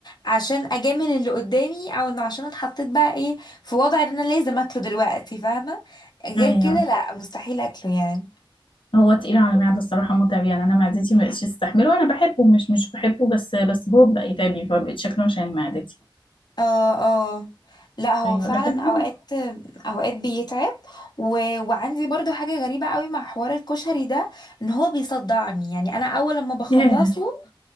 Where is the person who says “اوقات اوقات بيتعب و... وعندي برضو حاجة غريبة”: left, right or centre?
Left